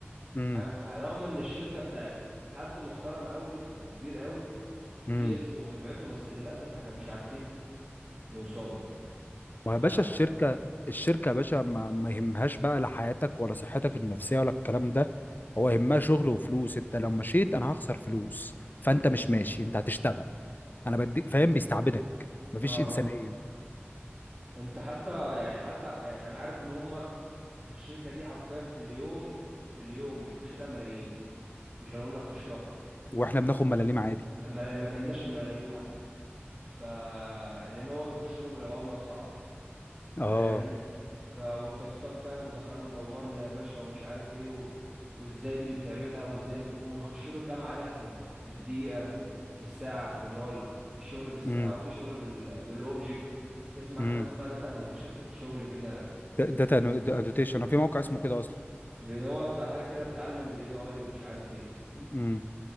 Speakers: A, on the right; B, on the left.
A: نتعامل
B: امم
A: معاه رغم ان الشركه بتاعت حد محترم قوي وكبير قوي وليه
B: امم
A: اسمه وسمعته بس للاسف احنا مش عارفين نوصله ف
B: ويا باشا الشركه الشركه يا باشا ما, ما يهمهاش بقى لا حياتك ولا صحتك النفسيه ولا الكلام ده هو يهمها شغل وفلوس انت لو مشيت انا هخسر فلوس فانت مش ماشي انت هتشتغل انا بديك فاهم بيستعبدك مفيش
A: اه
B: انسانيه
A: انت حتى يعني حتى يعني انا عارف ان هم الشركه دي حرفيا في اليوم في اليوم بيخش لها ملايين مش هنقول لك في الشهر
B: واحنا بناخد ملاليم عادي
A: اما ما جبناش الملاليم حتى ف لان هو بيخش له بالعمله الصعبه فاهمني
B: اه
A: ف والتاسكات فاهم ودخلنا دورنا يا باشا ومش عارف ايه و... وازاي دي بتعملها وازاي بيخش له كام عليها في في الدقيقه في... وفي الساعه لان هو ال- الشغل بالساعه
B: امم
A: وفي شغل بال... بالاوبجكت تسمع
B: امم
A: عن حاجه اسمها داتا انوتيشن شغل كده
B: داتا انوتيشن في موقع اسمه كده اصلا
A: ب- هو بتاع حاجه كده بتعلم الاي اي ومش عارف ايه
B: امم